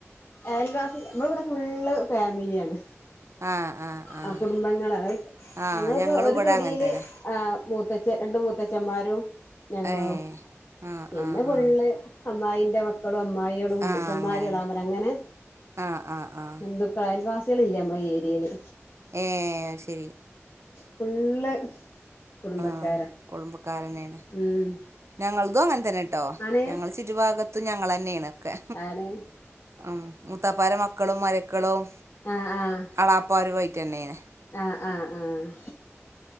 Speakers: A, on the left; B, on the right.
A: അയൽവാസ് നമ്മള് ഇവിടെ ഫുള്ള് ഫാമിലിയാണ്
B: ആഹ് ആഹ് ആഹ്
A: ആ കുടുംബങ്ങള് അ
B: ആഹ്
A: ഞങ്ങളിപ്പോ
B: ഞങ്ങളും
A: ഒരു
B: ഇവിടെ
A: തൊടിയില്
B: അങ്ങനെ തന്നെ
A: ആ മൂത്ത ച്ച രണ്ട് മൂത്തച്ഛന്മാരും ഞങ്ങളും
B: ഏ ആഹ്
A: പിന്നെ
B: ആഹ്
A: ഫുള്ള്
B: ആഹ്
A: അമ്മായിന്റെ മ ക്കളും അമ്മായളും
B: ആഹ്
A: മൂത്തന്മാരും
B: അങ്ങനെന്നെ
A: എളേമാരും അങ്ങനെ
B: ആഹ് ആഹ് ആഹ്
A: ബന്ധുക്കളായ അയൽവാ കളില്ല നമ്മുടെ ഏരിയേല്
B: ഏ ശരി
A: ഫുള്ള് കുടുംബക്കാരാ
B: ആഹ് കുടുംബക്കാരന്നെയാണ്
A: ഉം
B: ഞങ്ങൾതും അങ്ങനെ തന്നെട്ടോ
A: ആണ്
B: ഞങ്ങൾ ചുറ്റുഭാഗ ത്തും ഞങ്ങളെന്നെയാണൊക്കെ
A: ആണ്
B: ഉം മുത്താപ്പാരെ മക്കളും മരിയക്കളും
A: ആഹ് ആഹ്
B: എളാപ്പാരു ആയിട്ട് തന്നേണ്
A: ആഹ് ആഹ് ആഹ്